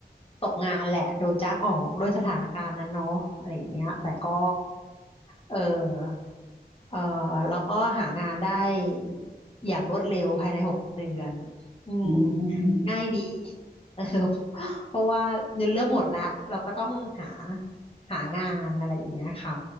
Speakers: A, on the left; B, on the right.
A: ตกงานแหละโดนจ้างออกด้วยสถานการณ์นั้นเนาะอะไรอย่างเงี้ยแต่ก็ เออเออแล้วก็หางานได้อย่างรวดเร็วภายในหกเดือนอืม
B: อืม
A: ง่ายดี <laughs> เออเพราะว่าเงินเริ่มหมดละเราก็ต้องหาหางานอะไรอย่างเงี้ยค่ะ